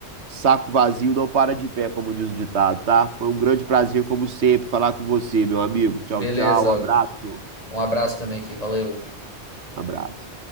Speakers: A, on the right (about 80°); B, on the left (about 35°).
A: saco vazio não para de pé, como diz o ditado, tá? Foi um grande prazer, como sempre, falar com você, meu amigo.
B: Beleza,
A: Tchau, tchau, abraço,
B: Augusto. Um abraço também aqui, valeu.
A: abraço.